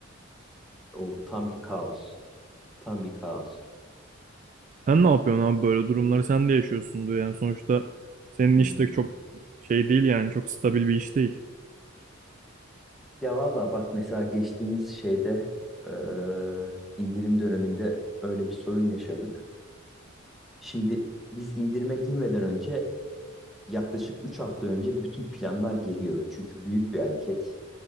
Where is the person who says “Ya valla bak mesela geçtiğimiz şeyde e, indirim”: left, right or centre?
Centre